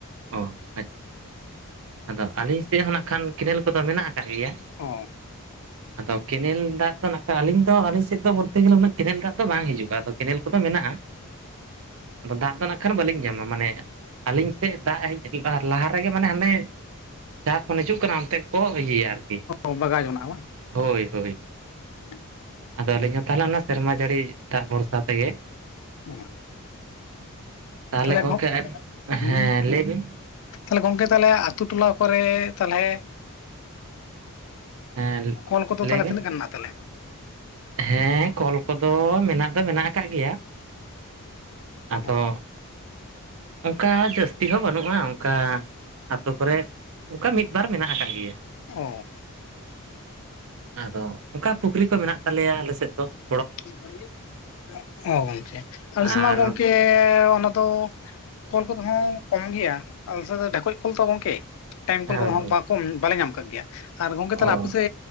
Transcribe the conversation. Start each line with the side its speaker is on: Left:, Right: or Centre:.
Right: ᱚ ᱟᱪᱪᱷᱟ ᱟᱪᱪᱷᱟ ᱟᱫᱚ ᱟᱹᱞᱤᱧ ᱥᱮᱜ ᱦᱚᱸ ᱱᱟᱜ ᱠᱷᱟᱱ ᱠᱮᱱᱮᱞ ᱠᱚᱫᱚ ᱢᱮᱱᱟᱜᱼᱟ ᱠᱟᱜ ᱜᱮᱭᱟ᱾
Left: ᱚ
Right: ᱟᱫᱚ ᱠᱮᱱᱮᱞ ᱫᱟᱜ ᱫᱚ ᱱᱟᱜ ᱠᱷᱟᱡ ᱟᱹᱞᱤᱧ ᱫᱚ ᱟᱹᱞᱤᱧ ᱥᱮᱫ ᱫᱚ ᱵᱳᱞᱛᱮ ᱜᱮᱞᱮ ᱠᱮᱱᱮᱞ ᱫᱟᱜ ᱫᱚ ᱵᱟᱝ ᱦᱤᱡᱩᱜᱼᱟ ᱟᱫᱚ ᱠᱮᱱᱮᱞ ᱠᱚᱫᱚ ᱢᱮᱱᱟᱜᱼᱟ᱾ ᱟᱫᱚ ᱫᱟᱜ ᱫᱚ ᱱᱟᱜ ᱠᱷᱟᱱ ᱵᱟᱹᱞᱤᱧ ᱧᱟᱢᱟ ᱢᱟᱱᱮ ᱟᱹᱞᱤᱧ ᱥᱮᱜ ᱫᱟᱜ ᱦᱮᱡ <inaudible> ᱞᱟᱦᱟ ᱨᱮᱜᱮ ᱢᱟᱱᱮ ᱦᱟᱱᱮ ᱡᱟᱦᱟᱸ ᱠᱷᱚᱱ ᱦᱤᱡᱩᱜ ᱠᱟᱱᱟ ᱚᱱᱛᱮ ᱜᱮᱠᱚ ᱤᱭᱟᱹᱭᱟ ᱟᱨᱠᱤ᱾
Left: ᱚ ᱵᱟᱜᱟᱣ ᱡᱚᱱᱟᱜᱼᱟ ᱵᱟᱝ᱾
Right: ᱦᱳᱭ ᱦᱳᱭ᱾
Left: <unintelligible>
Right: ᱟᱫᱚ ᱟᱹᱞᱤᱧ ᱦᱚᱸ ᱛᱟᱦᱚᱞᱮ ᱚᱱᱮ ᱥᱮᱨᱢᱟ ᱡᱟᱹᱲᱤ ᱫᱟᱜᱽ ᱵᱷᱚᱨᱥᱟ ᱛᱮᱜᱮ᱾
Left: <unintelligible>
Right: ᱛᱟᱦᱚᱞᱮ
Left: ᱛᱟᱦᱞᱮ
Right: ᱜᱚᱝᱠᱮ
Left: ᱦᱚᱸᱜ
Right: ᱟᱵ-
Left: ᱦᱩᱸ,
Right: ᱦᱮᱸ ᱞᱟᱹᱭ ᱵᱤᱱ
Left: ᱛᱟᱦᱞᱮ ᱜᱚᱝᱠᱮ ᱛᱟᱞᱮ ᱟᱛᱩ ᱴᱚᱞᱟ ᱠᱚᱨᱮ ᱛᱟᱞᱦᱮ,
Right: ᱦᱮᱸ
Left: ᱠᱚᱞ ᱠᱚᱫᱚ ᱛᱟᱦᱞᱮ
Right: ᱞᱟᱹᱭ ᱵᱤᱱ
Left: ᱛᱤᱱᱟᱹᱜ ᱜᱟᱱ ᱱᱟᱜ ᱛᱟᱞᱮ?
Right: ᱦᱮᱸ ᱠᱚᱞ ᱠᱚᱫᱚ ᱢᱮᱱᱟᱜ ᱫᱚ ᱢᱮᱱᱟᱜ ᱟᱠᱟᱜ ᱜᱮᱭᱟ ᱟᱫᱚ
Left: ᱚ
Right: ᱚᱝᱠᱟ ᱡᱟᱹᱥᱛᱤ ᱦᱚᱸ ᱵᱟᱹᱱᱩᱜᱼᱟ ᱚᱝᱠᱟ ᱾ ᱟᱹᱛᱳ ᱠᱚᱨᱮᱜ ᱩᱝᱠᱟ ᱢᱤᱜ ᱵᱟᱨ ᱢᱮᱱᱟᱜ ᱟᱠᱟᱜ ᱜᱮᱭᱟ ᱾
Left: ᱚ
Right: ᱟᱫᱚ ᱩᱝᱠᱟ ᱯᱩᱠᱷᱨᱤ ᱠᱚ ᱢᱮᱱᱟᱜ ᱛᱟᱞᱮᱭᱟ ᱟᱞᱮ ᱥᱮᱫ ᱫᱚ ᱾
Left: <unintelligible> ᱚᱸ ᱜᱚᱝᱠᱮ ᱟᱞᱮ
Right: ᱟᱨ
Left: ᱥᱮᱢᱟ ᱜᱚᱝᱠᱮ ᱚᱱᱟ ᱫᱚ ᱠᱚᱞ ᱠᱚᱫᱚ ᱦᱟᱸᱜ ᱠᱚᱢ ᱜᱮᱭᱟ ᱟᱞᱮ ᱥᱮᱫ ᱰᱷᱮᱠᱚᱡ ᱠᱚᱞ ᱛᱚ ᱜᱚᱝᱠᱮ ᱴᱟᱭᱤᱢ
Right: ᱦᱳᱭ
Left: ᱠᱚᱞ ᱠᱚᱫᱚ ᱦᱟᱸᱜ
Right: ᱦᱳᱭ
Left: ᱵᱟᱠ ᱠᱚᱢ ᱵᱟᱞᱮ ᱧᱟᱢ ᱠᱟᱫ ᱜᱮᱭᱟ ᱟᱨ ᱜᱚᱝᱠᱮ ᱛᱟᱦᱞᱮ
Right: ᱚ
Left: ᱟᱯᱮ ᱥᱮ